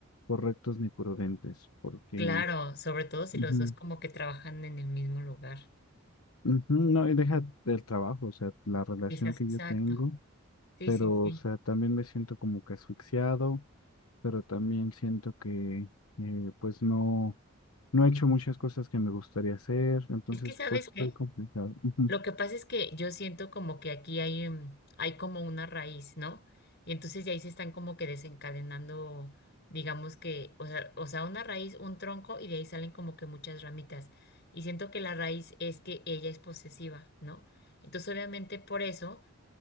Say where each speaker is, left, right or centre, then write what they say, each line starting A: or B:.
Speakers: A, on the left; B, on the left.
A: correctos ni prudentes, porque
B: Claro, sobre todo si
A: ujú,
B: los dos como que trabajan en el mismo lugar.
A: ujú, no, y deja del trabajo, o sea, la relación
B: Esas-
A: que
B: exacto.
A: yo tengo,
B: Sí,
A: pero,
B: sí, sí.
A: o sea, también me siento como que asfixiado, pero también siento que, eh, pues, no, no he hecho muchas cosas que me gustaría hacer, entonces,
B: Es que, ¿sabes
A: pues,
B: qué?
A: estoy complicado. Ujú.
B: Lo que pasa es que yo siento como que aquí hay, mm, hay como una raíz, ¿no? Y entonces de ahí se están como que desencadenando, digamos que, o sea, o sea, una raíz, un tronco, y de ahí salen como que muchas ramitas. Y siento que la raíz es que ella es posesiva, ¿no? Entonces, obviamente, por eso.